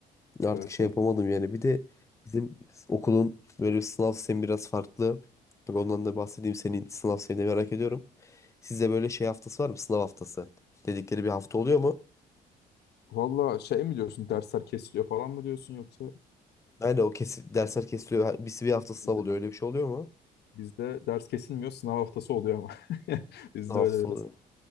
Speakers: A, on the left; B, on the left.
A: Artık
B: Evet
A: şey
B: evet.
A: yapamadım yani. Bir de bizim biz- okulun böyle bir sınav sistemi biraz farklı. Bak ondan da bahsedeyim. Senin sınav sistemini merak ediyorum. Size böyle şey haftası var mı? Sınav haftası. Dedikleri bir hafta oluyor mu?
B: Valla şey mi diyorsun dersler kesiliyor falan mı diyorsun yoksa
A: Aynen o kesin. Dersler kesiliyor. Ha- Bir, bir hafta sınav
B: bizde,
A: oluyor. Öyle bir şey oluyor mu?
B: bizde ders kesilmiyor sınav haftası oluyor ama. <laughs> Bizde
A: Sınav haftası
B: öyle biraz.
A: oluyor.